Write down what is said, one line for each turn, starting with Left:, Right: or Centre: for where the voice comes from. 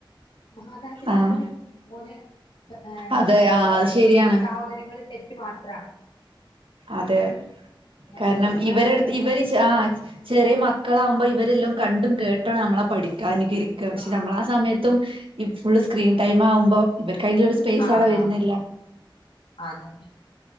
Left: മാതാപിതാക്കൾ
Right: ആഹ്
Left: മന്ന് ഏഹ്
Right: അതെ ആ അത് ശരിയാണ്
Left: സഹോദരങ്ങളിൽ തെറ്റ് മാത്രം
Right: അതെ
Left: ഞമ്മൾ
Right: കാരണം
Left: കുട്ടികളായിട്ടൊന്ന്
Right: ഇവരെടുത്ത് ഇവരി ആ്ഹ് ചെറിയ മക്കളാവുമ്പോ ഇവരെല്ലാം കണ്ടും കേട്ടും നമ്മളെ പഠിക്കാനനുകരിക്ക പക്ഷെ
Left: ആണ്
Right: നമ്മള ആഹ് സമയത്തും ഈ ഫുള് സ്ക്രീൻ ടൈം ആവുമ്പോൾ ഇവർക്ക് അതിന്റെ സ്പേസ്
Left: ആഹ്
Right: ആവടെ വരുന്നില്ല
Left: ആഹ് അതന്നെ